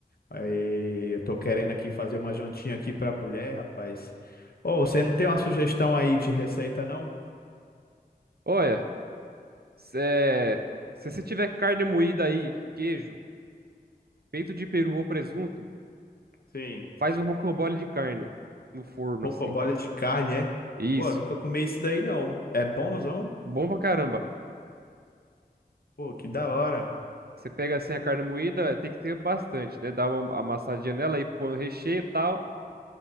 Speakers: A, on the left; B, on the right.
A: Aí eu tô querendo aqui fazer uma jantinha aqui pra mulher, rapaz. Ô, você não tem uma sugestão aí de receita, não?
B: Olha, cê- se você tiver carne moída aí, queijo, peito de peru ou presunto,
A: Sim,
B: faz um rocambole de carne no forno,
A: roncoboles
B: assim.
A: de carne, é?
B: Isso.
A: Pô, nunca comi isso daí, não. É bonzão?
B: Bom pra caramba.
A: Pô, que da hora.
B: Você pega assim a carne moída, tem que ter bastante, né? Dá uma amassadinha nela e põe o recheio e tal.